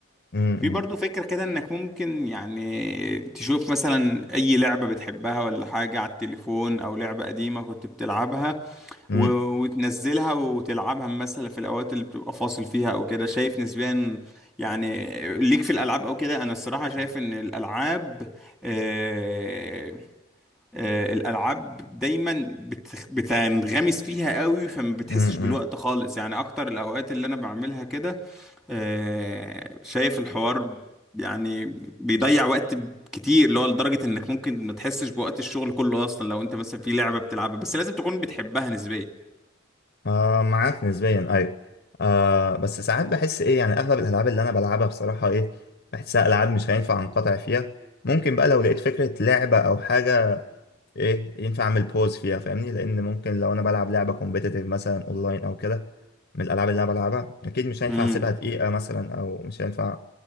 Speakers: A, on the left; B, in the centre.
A: م-
B: في
A: م-
B: برضو فكرة كده إنك ممكن يعني تشوف مثلا أي لعبة بتحبها ولا حاجة على التليفون أو لعبة قديمة كنت بتلعبها
A: م-
B: و... وتنزلها وتلعبها مثلا في الاوقات اللي بتبقى فاصل فيها او كده شايف نسبيا يعني ليك في الالعاب او كده انا الصراحه شايف ان الالعاب آه... آه... الالعاب دايما بت... بتنغمس فيها قوي فما بتحسش
A: م- م-
B: بالوقت خالص يعني اكتر الاوقات اللي انا بعملها كده آه... شايف الحوار يعني بيضيع وقت كتير اللي هو لدرجة انك ممكن ما تحسش بوقت الشغل كله اصلا لو انت مثلا في لعبة بتلعبها بس لازم تكون بتحبها نسبيا
A: آه معاك نسبيا ايوه آه بس ساعات بحس ايه يعني اغلب الالعاب اللي انا بلعبها بصراحه ايه بحسها العاب مش هينفع انقطع فيها ممكن بقى لو لقيت فكره لعبه او حاجه ايه ينفع اعمل بوز فيها فاهمني لان ممكن لو انا بلعب لعبه كومبيتيتيف مثلا اونلاين او كده من الالعاب اللي انا بلعبها اكيد مش
B: مم.
A: هينفع اسيبها دقيقه مثلا او مش هينفع